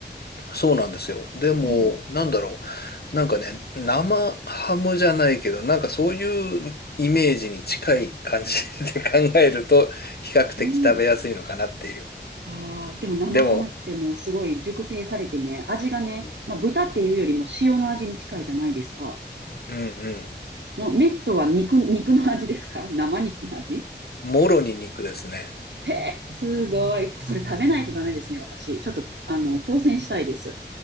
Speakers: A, on the left (about 60°); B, on the right (about 75°).
A: そうなんですよ。でも、
B: うん、
A: なんだろう。なんかね、生ハムじゃないけど、なんかそういうイメージに近い感じで <laughs> 考えると、比較的食べやすいのかなっていう。
B: うん。ああ、でも生ハムってもうすごい熟成されてね、
A: でも、
B: 味がね、
A: う
B: まあ豚っていうよりも塩の味に近いじゃないですか。
A: んうん。
B: もうメットは肉、肉の味ですか <laughs> 生肉の味
A: もろに肉ですね。
B: へえ、すごい。それ食べないとダメですね、私。ちょっと、あの、挑戦したいです。